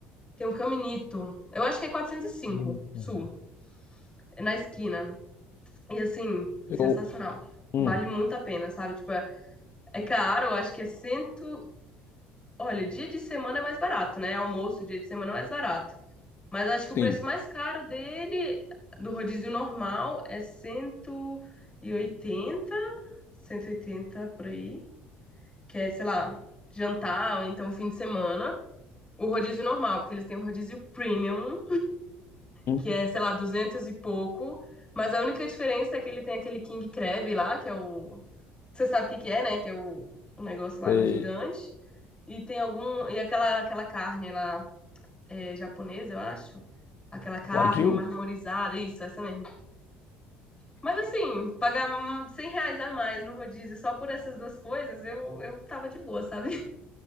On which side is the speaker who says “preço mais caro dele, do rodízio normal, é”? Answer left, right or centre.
Left